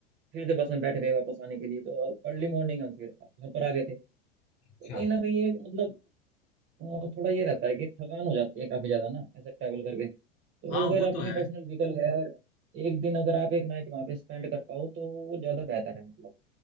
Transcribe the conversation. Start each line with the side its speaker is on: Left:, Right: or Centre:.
Right: फिर से बस में बैठ गए वापस आने के लिए तो अर्ली मॉर्निंग हम फिर घर पर आ गए थे तो
Left: अच्छा
Right: कहीं ना कहीं एक मतलब अ, थोड़ा ये रहता है कि थकान हो जाती है काफी ज्यादा ना ऐसे ट्रैवल करके तो
Left: हाँ
Right: अगर
Left: वो
Right: अपनी
Left: तो है
Right: पर्सनल व्हीकल है और एक दिन अगर आप एक नाइट वहाँ पे स्पेंड कर पाओ तो वो ज्यादा बेहतर है मतलब